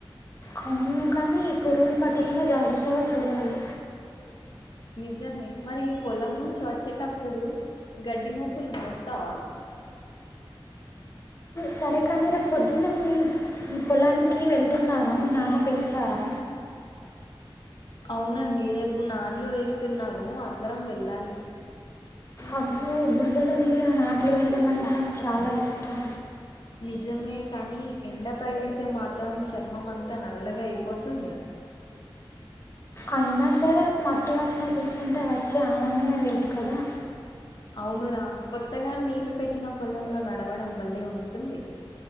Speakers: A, on the left (about 30°); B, on the left (about 60°).
A: అవును కానీ ఈ పురుగులు పట్టకుండా జాగ్రత్తగా చూడాలి
B: నిజమే మరి ఈ పొలం నుంచి వచ్చేటప్పుడు గడ్డి మొప్పులు మోస్తావా
A: సరే కాని రేపు పొదున్నే మీ పొలాన్ని మీ వెళ్తున్నారా మీ నాన్న పిలిచారా
B: అవునండి రేపు నాట్లు వేస్తున్నారు అందరం వెళ్ళాలి
A: అబ్బో బురదలో దియా నాట్లు వేయడం అంటే నాకు చాలా ఇష్టం
B: నిజమే కానీ ఎండ తగలితే మాతం చర్మం అంతా నల్లగా అయిబోతి ఎమ్మె
A: అయినా సరే మట్టి వాసన చూసి అట్ట వచ్చి ఆవన్న వేరు కదా
B: అవునురా కొత్తగా నీళ్లు పెట్టిన పొలంలో నడవడం బల్లే ఉంటుంది